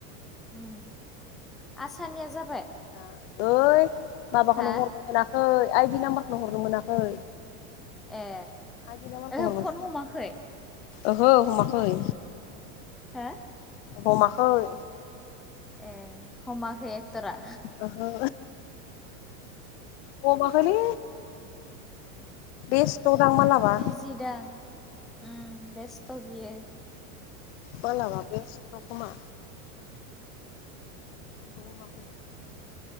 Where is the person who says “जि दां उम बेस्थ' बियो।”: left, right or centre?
Centre